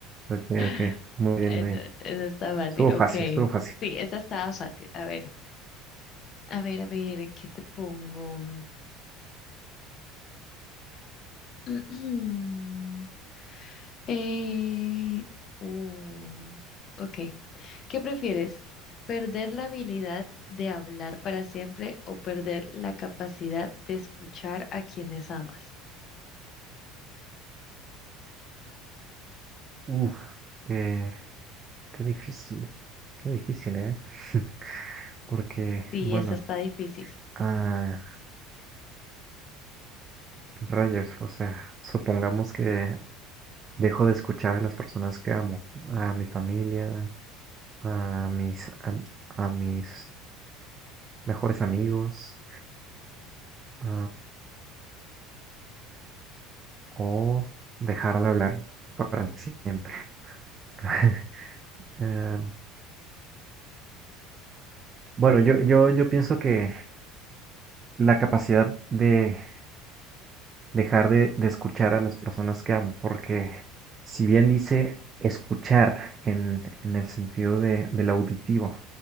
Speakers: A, on the right; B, on the left.
A: Ok,
B: <laughs>
A: ok. Muy bien,
B: Esa,
A: muy bien.
B: esa está fácil,
A: Estuvo fácil,
B: ok.
A: estuvo fácil.
B: Sí, esa estaba fácil. A ver, a ver, a ver, ¿qué te pongo? <clears throat> Eh, uh, ok. ¿Qué prefieres? ¿Perder la habilidad de hablar para siempre o perder la capacidad de escuchar a quienes amas?
A: Uf, eh, qué difícil, qué difícil, ¿eh? <laughs> Porque,
B: Sí,
A: bueno,
B: esa está difícil.
A: ah, rayos, o sea, supongamos que dejo de escuchar a las personas que amo, a mi familia, a mis, a, a mis mejores amigos, a o dejar de hablar para siempre. <laughs> Eh, bueno, yo, yo, yo pienso que la capacidad de dejar de, de escuchar a las personas que amo, porque si bien dice escuchar en, en el sentido de, del auditivo,